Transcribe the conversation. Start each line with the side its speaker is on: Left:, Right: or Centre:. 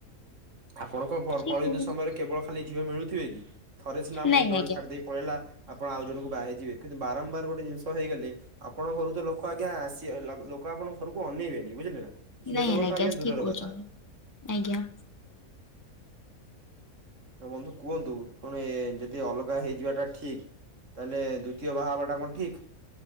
Right: ଆପଣଙ୍କ ବର୍
Left: ଠିକ୍
Right: ପରିମିତ
Left: କହୁଛନ୍ତି
Right: ସମୟରେ କେବଳ ଖାଲି ଝିଅ ମିଳୁଥିବେ କି ଥରେ ସିନା ଆପଣଙ୍କୁ
Left: ନାଇଁ
Right: ଜଣେ
Left: ଆଜ୍ଞା।
Right: ଛାଡିଦେଇ ପଳେଇଲା ଆପଣ ଆଉ ଜଣଙ୍କୁ ବାହାହେଇଯିବେ କିନ୍ତୁ ବାରମ୍ବାର ଗୋଟେ ଜିନିଷ ହେଇଗଲେ ଆପଣଙ୍କ ଘରୁକୁ ତ ଲୋକ ଆଜ୍ଞା ଆସି ଲ ଲୋକ ଆପଣଙ୍କ ଘରକୁ ଅନେଇବେନି ବୁଝିଲେ ନା? ଝିଅ
Left: ନାଇଁ
Right: ଦବତ ଆଜ୍ଞା ଦୂରର
Left: ଠିକ୍ କହୁଛନ୍ତି
Right: କଥା।
Left: ଆଜ୍ଞା।
Right: ତ ବନ୍ଧୁ କୁଅନ୍ତୁ କଣ ଯଦି ଅଲଗା ହେଇଯିବା ଟା ଠିକ୍‌ ତାହେଲେ ଦ୍ବିତୀୟ ବାହାହବା ଏଟା କଣ ଠିକ?